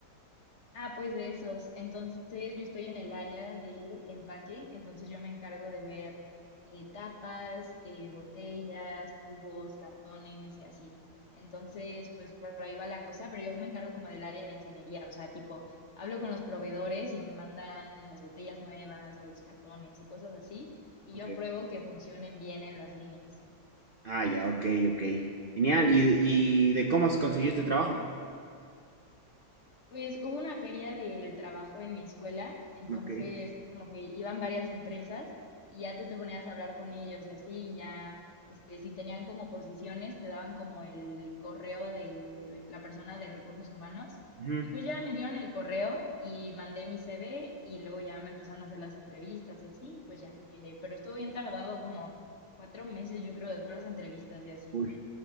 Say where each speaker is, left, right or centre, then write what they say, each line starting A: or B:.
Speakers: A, on the left; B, on the right.
A: Ah, pues de esos. Entonces yo estoy en el área de empaque, entonces yo me encargo de ver eh, tapas, eh, botellas, tubos, cartones y así. Entonces, pues por ahí va la cosa, pero yo me encargo como del área de ingeniería, o sea, tipo, hablo con los proveedores y me mandan las botellas nuevas o los cartones y cosas así, y
B: Ok.
A: yo pruebo que funcionen bien en las líneas.
B: Ah, ya, ok, ok. Genial. ¿Y, y de cómo has conseguido este trabajo?
A: Pues hubo una feria del trabajo en mi escuela, entonces
B: Ok.
A: como que iban varias empresas y ya tú te ponías a hablar con ellos y así y ya, este, si tenían como posiciones, te daban como el correo de la persona de recursos humanos.
B: Ujú.
A: Y pues ya me dieron el correo y mandé mi CV y luego ya me empezaron a hacer las entrevistas y así, y pues ya quedé. Pero estuvo bien tardado, como cuatro meses yo creo de puras entrevistas y así.
B: Uy.